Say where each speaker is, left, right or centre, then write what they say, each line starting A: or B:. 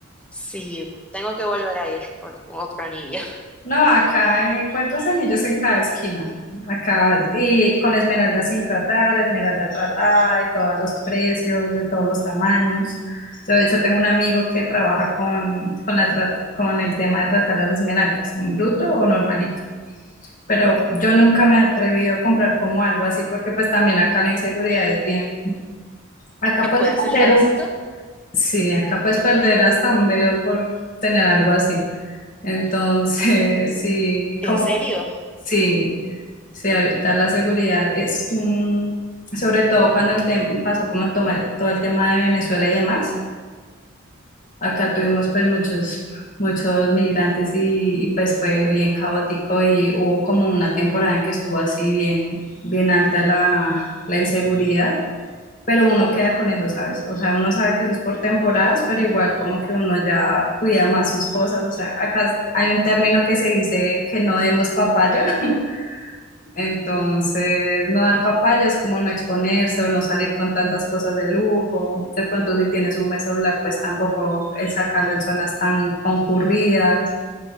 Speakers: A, in the centre; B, on the left.
A: Sí, tengo que volver a ir por otro anillo.
B: No, acá encuentras anillos en cada esquina. Acá, y con esmeralda sin tratar, esmeralda tratada, de todos los precios, de todos los tamaños. Yo, de hecho, tengo un amigo que trabaja con, con, la, trat- con el tema de tratar las esmeraldas, en bruto o normalito. Pero yo nunca me he atrevido a comprar como algo así, porque pues también acá la inseguridad es bien.
A: <laughs>
B: Acá
A: ¿Que
B: puedes
A: pueda
B: comprar
A: ser falso?
B: Sí, acá puedes perder hasta un dedo por tener algo así. Entonces, <laughs> sí,
A: ¿En
B: como
A: serio?
B: sí, sí, ahorita la seguridad es un- sobre todo cuando el tem- pasó como toma- todo el tema de Venezuela y demás. Acá tuvimos pues muchos muchos migrantes y, y, pues fue bien caótico y hubo como una temporada en que estuvo así bien bien alta la la inseguridad pero uno queda con eso, ¿sabes? O sea, uno sabe que eso es por temporadas, pero igual como que uno ya cuida más sus cosas. O sea, acá hay un término que se dice que no demos papaya, <laughs> entonces no dar papaya es como no exponerse o no salir con tantas cosas de lujo. De pronto si tienes un buen celular, pues tampoco es sacarlo en zonas tan concurridas.